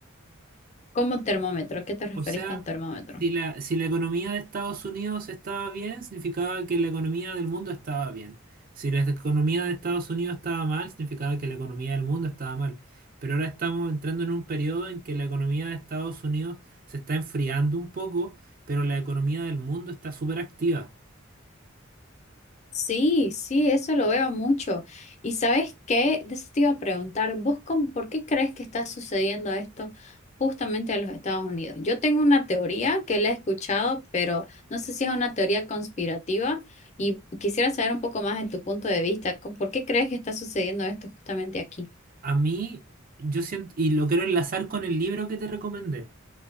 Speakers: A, on the left; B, on the right.
A: Como termómetro, ¿a qué te referís
B: O sea,
A: con termómetro?
B: si la, si la economía de Estados Unidos estaba bien, significaba que la economía del mundo estaba bien. Si la economía de Estados Unidos estaba mal, significaba que la economía del mundo estaba mal. Pero ahora estamos entrando en un periodo en que la economía de Estados Unidos se está enfriando un poco, pero la economía del mundo está súper activa.
A: Sí, sí, eso lo veo mucho. ¿Y sabes qué? De eso te iba a preguntar, ¿vos cómo- por qué crees que está sucediendo esto justamente a los Estados Unidos? Yo tengo una teoría que la he escuchado, pero no sé si es una teoría conspirativa y quisiera saber un poco más de tu punto de vista. ¿Con- ¿Por qué crees que está sucediendo esto justamente aquí?
B: A mí, yo siento, y lo quiero enlazar con el libro que te recomendé.